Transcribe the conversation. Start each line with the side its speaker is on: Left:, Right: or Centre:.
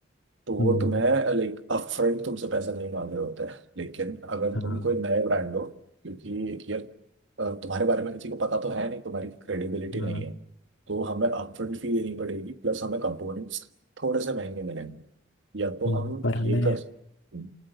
Right: तो वो
Left: हम्म,
Right: तुम्हें लाइक अपफ्रंट तुमसे पैसा नहीं मांग रहे होते हैं लेकिन अगर
Left: हाँ
Right: तुम कोई नए ब्रांड हो क्योंकि यार अ, तुम्हारे बारे में किसी को पता तो है नहीं तुम्हारी क्रेडिबिलिटी
Left: हाँ
Right: नहीं है तो हमें अपफ्रंट फी देनी पड़ेगी प्लस हमें कंपोनेंट्स थोड़े से महंगे मिलेंगे या तो
Left: हम्म,
Right: हम
Left: पर हमें
Right: ये कर सकते हैं